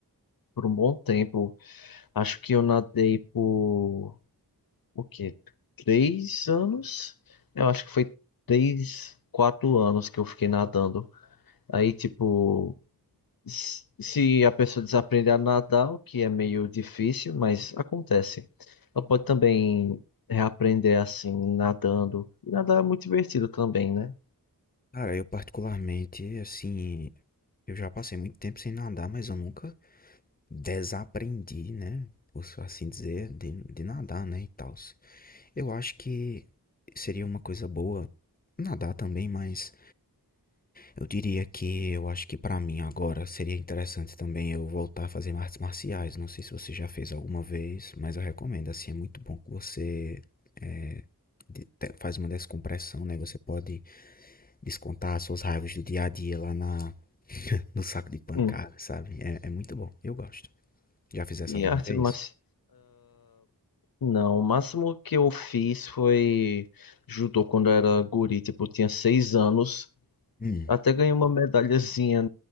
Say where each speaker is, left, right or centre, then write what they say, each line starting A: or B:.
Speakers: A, on the left; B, on the left.
A: por um bom tempo. Acho que eu nadei por o quê? Três anos? Eu acho que foi três, quatro anos que eu fiquei nadando. Aí, tipo, s- se a pessoa desaprender a nadar, o que é meio difícil, mas acontece. Ela pode também reaprender assim, nadando. E nadar é muito divertido também, né?
B: cara, eu particularmente, assim, eu já passei muito tempo sem nadar, mas eu nunca desaprendi, né? Por assim dizer, de, de nadar, né? E tal. Eu acho que seria uma coisa boa nadar também, mas Eu diria que eu acho que pra mim agora seria interessante também eu voltar a fazer artes marciais. Não sei se você já fez alguma vez, mas eu recomendo. Assim, é muito bom que você é, de- te- faz uma descompressão, né? Você pode descontar as suas raivas do dia a dia lá na, no saco de pancada,
A: Hum.
B: sabe? É, é muito bom. Eu gosto. Já fizesse
A: E
B: alguma
A: arte
B: vez?
A: marcial. não, o máximo que eu fiz foi judô quando eu era guri, tipo, eu tinha seis anos.
B: Hum,
A: Até ganhei uma medalhazinha